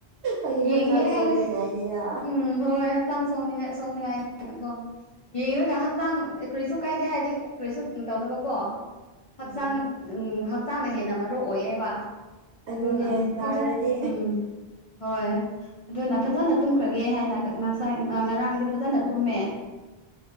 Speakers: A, on the right; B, on the left.
A: ꯑꯩ
B: ꯌꯦꯡꯒꯦ
A: ꯍꯛꯆꯥꯡ ꯁꯣꯛꯅꯤꯡꯉꯥꯏꯅꯤꯌꯥ
B: ꯍꯥꯏꯔꯦ ꯎꯝ ꯍꯣꯏ ꯍꯛꯆꯥꯡ ꯁꯣꯛꯅꯤꯡꯉꯥꯏ ꯁꯣꯛꯅꯤꯡꯉꯥꯏꯅꯤ ꯀꯥꯏꯅꯀꯣ ꯌꯦꯡꯔꯒ ꯍꯛꯆꯥꯡ ꯀꯔꯤꯁꯨ ꯀꯥꯏꯗꯦ ꯍꯥꯏꯔꯗꯤ ꯀꯔꯤꯁꯨ ꯇꯧꯗꯕꯀꯣ ꯍꯛꯆꯥꯡ
A: ꯎꯝ
B: ꯎ ꯍꯛꯆꯥꯡꯗ ꯍꯦꯟꯅ ꯃꯔꯨ ꯑꯣꯏꯌꯦꯕ
A: ꯑꯗꯨꯅꯦ
B: ꯑꯗꯨꯅ
A: ꯅꯥꯔꯗꯤ
B: ꯐꯖ ꯎꯝ ꯍꯣꯏ ꯑꯗꯨꯅ ꯐꯖꯅ ꯇꯨꯝꯈ꯭ꯔꯒꯦ ꯍꯥꯏꯅ ꯉꯁꯥꯏ ꯉꯔꯥꯡꯗꯤ ꯐꯖꯅ ꯇꯨꯝꯃꯦ